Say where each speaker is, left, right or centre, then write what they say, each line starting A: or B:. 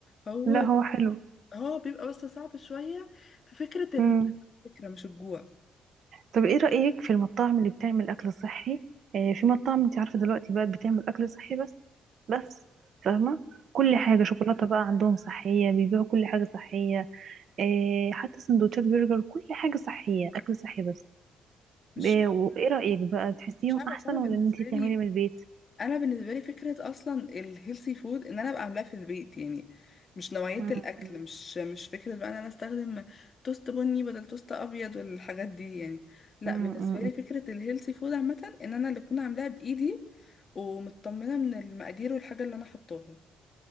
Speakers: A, on the left; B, on the right.
A: هو
B: لا هو حلو
A: هو بيبقى بس صعب شويه في فكره الفكره
B: امم
A: مش الجوع
B: طب ايه رأيك في المطاعم اللي بتعمل اكل صحي آه، في مطاعم انت عارفة دلوقتي بقت بتعمل اكل صحي بس بس فاهمة كل حاجة شوكولاتة بقى عندهم صحية بيبيعوا كل حاجة صحية آه، حتى سندوتشات برجر كل حاجة صحية اكل صحي بس
A: مش
B: آه، وايه رأيك بقى بتحسيهم
A: مش عارفه
B: احسن
A: اصل انا
B: ولا
A: بالنسبه
B: ان انت
A: لي
B: تعملي من البيت
A: انا بالنسبه لي فكره اصلا الهيلثي فود ان انا ابقى عاملاه في البيت يعني مش نوعيه
B: مم.
A: الاكل مش مش فكره بقى ان انا استخدم توست بني بدل توست ابيض والحاجات دي يعني لا
B: مم.
A: بالنسبه
B: مم.
A: لي فكره الهيلثي فود عامه ان انا اللي اكون عاملاها بايدي ومطمنه من المقادير والحاجه اللي انا حطاها